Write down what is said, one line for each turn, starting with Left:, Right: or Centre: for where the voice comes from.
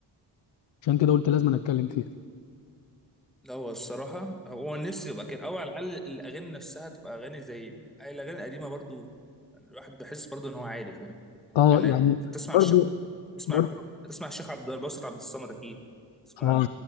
Left: عشان كده قلت لازم أنا اتكلم فيها
Centre: لا هو الصراحه هو نفسي يبقى كده او على الاقل الاغاني نفسها تبقى اغاني زي ال- الاغاني القديمه برضو يعني الواحد بيحس برضو ان هو عادي فاهم
Left: اه
Centre: يعني
Left: يعني
Centre: تسمع
Left: برضو
Centre: عن الشيخ تسمع
Left: برضو
Centre: عن الشيخ تسمع عن الشيخ عبد الباسط عبد الصمد اكيد تسمع
Left: اه
Centre: عنه